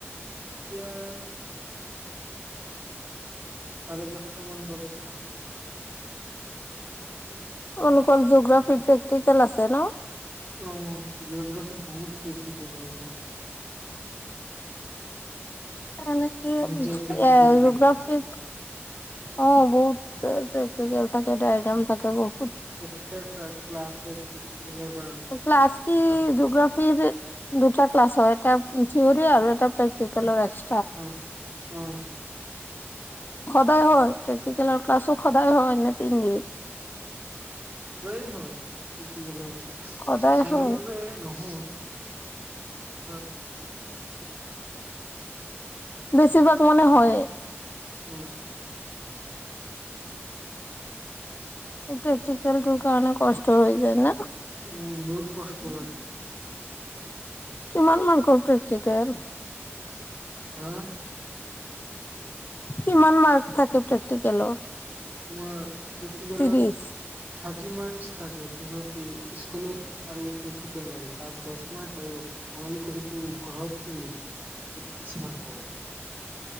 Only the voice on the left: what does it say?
লোকৰ জিঅগ্ৰাফি প্ৰেক্টিকেল আছে ন?
এনেকি
এ
জগ্ৰাফি অ' বহুত প্ৰেক্টিকেল থাকে ডায়গ্ৰাম থাকে বহুত।
ক আজ কি
জিঅগ্ৰাফিৰ দুটা ক্লাছ হয় এটা জিৰি আৰু এটা প্ৰ্টিকৰ এক
সদায় হয় প্ৰেক্টিকেলৰ ক্লাছো সদায় হয় নে তিনিদিন?
সদায় হয়
বেছিভাগ মানে হয়
<unintelligible> কাৰণে কষ্ট হৈ যায় ন?
কিমান মান কৰত একতিকে
কিমান মাৰ্ক থাকে প্ৰেক্টিকেলত?
ত্ৰিশ